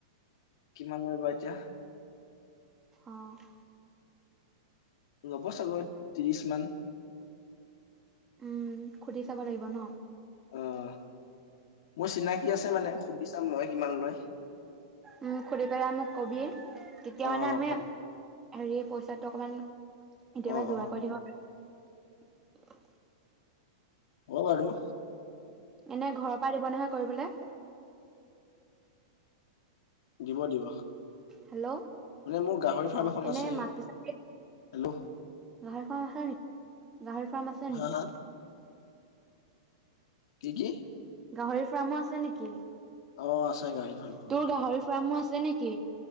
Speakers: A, on the left; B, on the right.
A: কিমান লয় বা এতিয়া?
B: অ'হ
A: ল'ব চাগৈ ত্ৰিশ মান।
B: উম সুধি চাব লাগিব ন?
A: আহ মোৰ চিনাকি আছে মানে, সুধি চাম মই কিমান লয়।
B: উম খুধি পেলাই মোক কবি, তেতিয়া
A: অ
B: মানে আমি
A: অ কম
B: হেৰি পইচাটো অকমান এতিয়াবা
A: অ
B: যোগাৰ
A: অ
B: কৰি থব
A: অ বাৰু
B: এনে ঘৰৰ পৰা দিব নহয় কৰিবলৈ?
A: দিব দিব,
B: হেল্ল'
A: মানে মোৰ গাহৰি ফাৰ্ম
B: অ
A: এখন
B: এনে
A: আছে।
B: মাটি
A: হেল্ল'
B: চাটি গাহৰি ফাৰ্ম আছে নেকি, গাহৰি ফাৰ্ম আছে
A: হা
B: নেকি?
A: হা কি কি?
B: গাহৰি ফাৰ্মো আছে নেকি?
A: অ আছে গাহৰি ফাৰ্মখন
B: তোৰ গাহৰি ফাৰ্মো আছে নেকি?